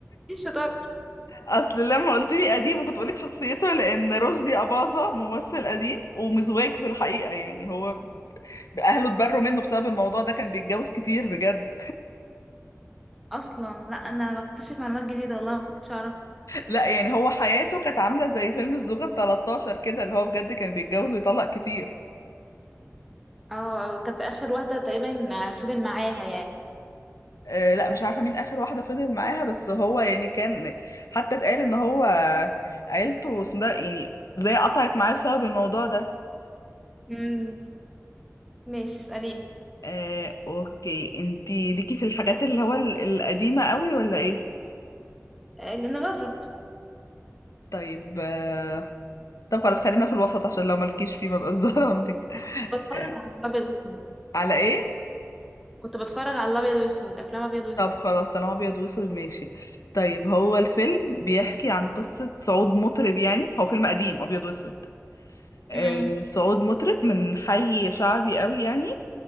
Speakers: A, in the centre; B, on the left (about 85°).
A: ايه الشطارة
B: اصل لما قلت لي قديم كنت بقولك شخصيته لان رشدي اباظة ممثل قديم ومزواج في الحقيقة يعني هو ب- اهله اتبروا منه بسبب الموضوع ده كان بيتجوز كتير بجد
A: اصلا لا انا بكتشف معلومات جديده والله ما كنتش اعرفها
B: لا يعني هو حياته كانت عاملة زي فيلم الزوجة ال 13 كده اللي هو بجد كان بيتجوز ويطلق كتير
A: اه كانت اخر واحدة تقريبا فضل معاها يعني
B: آه لا مش عارفة مين آخر واحدة فضل معاها بس هو يعني كان حتى اتقال ان هو عيلته اسمه ده يعني زي قطعت معاه بسبب الموضوع ده
A: امم ماشي اساليني
B: آه اوكي انتي ليكي في الحاجات اللي هو ال- القديمة قوي ولا ايه
A: آه، نجرب
B: طيب آه طب خلاص خلينا في الوسط عشان لو ملكيش فيه ما بقاش <laughs> ظلمتك
A: كنت بتفرج
B: آه
A: على الابيض واسود
B: على ايه
A: كنت بتفرج على الابيض واسود افلام ابيض واسود
B: طب خلاص طالما ابيض واسود ماشي طيب هو الفيلم بيحكي عن قصة صعود مطرب يعني هو فيلم قديم ابيض واسود آه
A: امم
B: صعود مطرب من حي شعبي قوي يعني